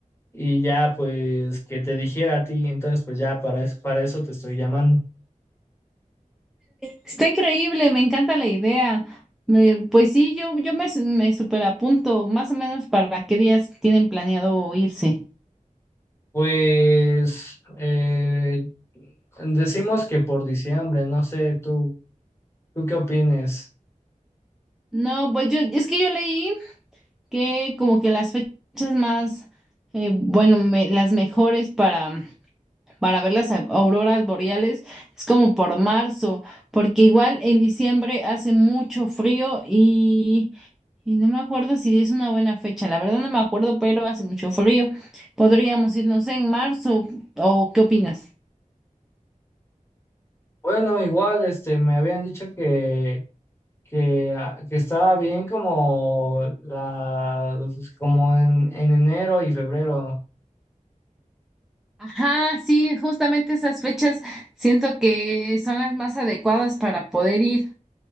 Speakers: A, on the left; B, in the centre.
A: y ya pues que te dijera a ti, entonces pues ya para eso, para eso te estoy llamando.
B: Está increíble, me encanta la idea. Me- pues sí, yo, yo me, me superapunto, más o menos para qué días tienen planeado irse.
A: Pues eh, decimos que por diciembre, no sé, tú, ¿tú qué opines?
B: No, pues yo, es que yo leí que como que las fechas más, eh, bueno, me- las mejores para para ver las au- auroras boreales es como por marzo, porque igual en diciembre hace mucho frío y, y no me acuerdo si es una buena fecha, la verdad no me acuerdo, pero hace mucho frío. Podríamos ir, no sé, en marzo o ¿qué opinas?
A: Bueno, igual, este, me habían dicho que, que, ah, que estaba bien como la, pues, como en, en enero y febrero.
B: Ajá, sí, justamente esas fechas siento que son las más adecuadas para poder ir.